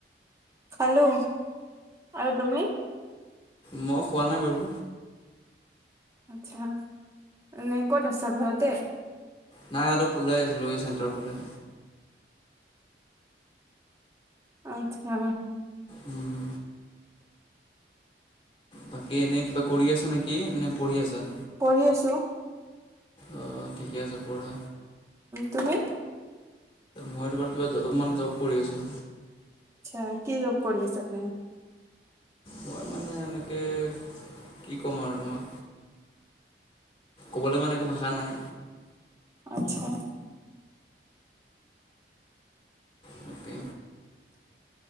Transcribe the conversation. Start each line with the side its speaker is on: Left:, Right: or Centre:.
Right: খালো আৰু তুমি
Left: মই খোৱা নাই বাৰু।
Right: আচ্ছা এনে ক'ত আছা ঘৰতে?
Left: নাই অলপ ওলাই আহিছিলোঁ এই চেণ্টাৰ ফালে।
Right: আত্ছা।
Left: উম বাকী এনে কিবা কৰি আছা নেকি নে পঢ়ি আছা?
Right: পঢ়ি আছো
Left: অ ঠিকে আছে পঢ়া।
Right: তুমি?
Left: মই তোমাৰ কিবা জব কৰি আছো।
Right: আ কি জব কৰি আছা তে?
Left: মই মানে এনেকে কি ক'ম আৰু তোমাক। ক'বলৈ মানে একো ভাষা নাই।
Right: আচ্ছা।
Left: তাকে।